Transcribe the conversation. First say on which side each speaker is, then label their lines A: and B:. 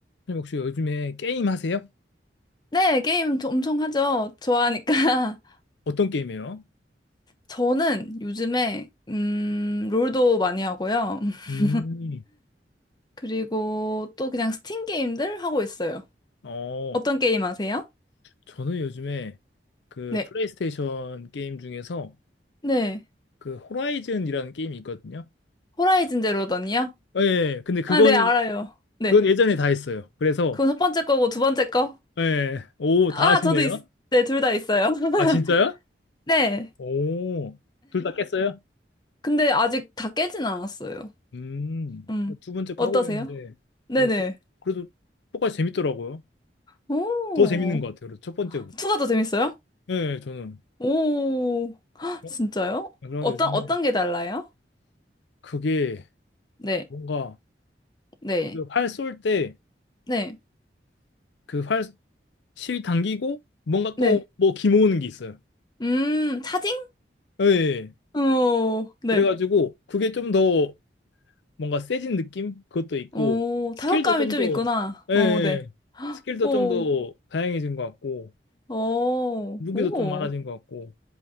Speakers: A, on the left; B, on the left.
A: 선생님 혹시 요즘에 게임 하세요?
B: 네, 게임 저- 엄청 하죠. 좋아하니까. <laughs>
A: 어떤 게임이에요?
B: 저는 요즘에, 음, 롤도 많이 하고요. <laughs>
A: 음,
B: 그리고 또 그냥 스팀 게임들 하고 있어요.
A: 어,
B: 어떤 게임 아세요?
A: 저는 요즘에 그
B: 네.
A: 플레이스테이션 게임 중에서
B: 네.
A: 그 호라이즌이라는 게임이 있거든요.
B: 호라이즌 제로 던이요?
A: 예, 근데 그거는
B: 아, 네, 알아요. 네.
A: 그건 예전에 다 했어요. 그래서
B: 그건 첫 번째 거고 두 번째 거?
A: 예, 오,
B: 아,
A: 다 하시네요.
B: 저도 있, 네, 둘 다 있어요. <laughs>
A: 아, 진짜요?
B: 네.
A: 오, 둘 다 깼어요?
B: 근데 아직 다 깨진 않았어요.
A: 음,
B: 음.
A: 두 번째
B: 어떠세요?
A: 하고 있는데,
B: 네네.
A: 어, 그, 그래도 똑같이 재밌더라고요.
B: 오.
A: 더 재밌는 것 같아요. 그래서 첫 번째보다.
B: 투가 더 재밌어요?
A: 예, 저는.
B: 오, 헉,
A: 어,
B: 진짜요?
A: 그래서
B: 어떤,
A: 요즘에
B: 어떤 게 달라요?
A: 그게
B: 네,
A: 뭔가
B: 네,
A: 그 활쏠 때
B: 네,
A: 그 활 실이 당기고 뭔가
B: 네.
A: 또 뭐 기모으는 게 있어요.
B: 음, 차징?
A: 예. 예, 예.
B: 오, 네.
A: 그래가지고 그게 좀 더 뭔가 세진 느낌? 그것도 있고
B: 오,
A: 스킬도
B: 타격감이
A: 좀더
B: 좀 있구나.
A: 예.
B: 오,
A: 예.
B: 네.
A: 예. 스킬도
B: 오,
A: 좀 더 다양해진 것 같고
B: 오,
A: 무기도
B: 오.
A: 좀 많아진 것 같고